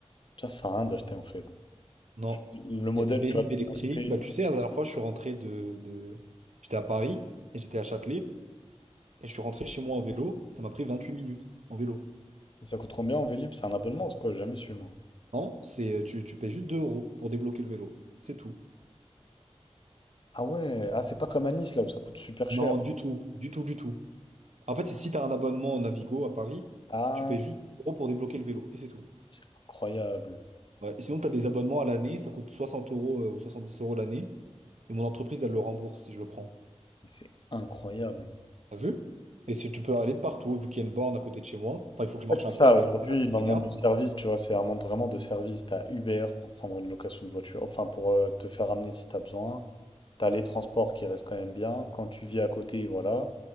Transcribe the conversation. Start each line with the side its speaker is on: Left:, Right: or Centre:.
Left: tiens, ça sert à rien d'acheter en fait.
Right: Non,
Left: Le modèle,
Right: il y a des Vélib
Left: tu vois,
Right: électriques.
Left: acheter.
Right: Bah, tu sais, la dernière fois, je suis rentré de, de... J'étais à Paris et j'étais à Châtelet et je suis rentré chez moi en vélo. Ça m'a pris 28 minutes en vélo.
Left: Ça coûte combien en Vélib? C'est un abonnement, c'est quoi? J'ai jamais su, moi.
Right: Non, c'est, euh, tu, tu payes juste 2 euros pour débloquer le vélo. C'est tout.
Left: Ah ouais, ah, c'est pas comme à Nice là où ça coûte super cher.
Right: Non, du tout, du tout, du tout. En fait, c'est si tu as un abonnement Navigo à Paris,
Left: Ah,
Right: tu payes juste 2 euros pour débloquer le vélo et c'est tout.
Left: c'est incroyable.
Right: Ouais. Et sinon, tu as des abonnements à l'année, ça coûte 60 euros euh, ou 70 euros l'année, et mon entreprise, elle le rembourse si je le prends.
Left: C'est incroyable.
Right: T'as vu? Et si tu peux aller de partout, vu qu'il y a une borne à côté de chez moi. Enfin, il faut que je
Left: En
Right: marche
Left: fait, c'est
Right: un
Left: ça,
Right: peu après,
Left: aujourd'hui,
Right: parce que la,
Left: dans
Right: la
Left: le
Right: gare.
Left: monde du service, tu vois, c'est un monde vraiment de service. T'as Uber pour prendre une location de voiture, enfin, pour euh, te faire amener si t'as besoin. T'as les transports qui restent quand même bien. Quand tu vis à côté, voilà.